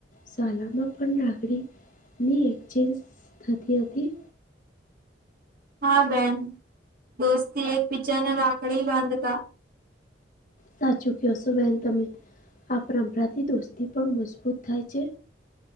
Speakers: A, on the left; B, on the right.
A: શાલામાં પણ રાખડીની એક્ચેન્જ થતી હતી.
B: હા બેન દોસ્તી એક બીજાના રાખડી બાંધતા
A: સાચું ક્યોશો બેહન તમે આ પરંપરાથી દોસ્તી પણ મજબૂત થાય છે.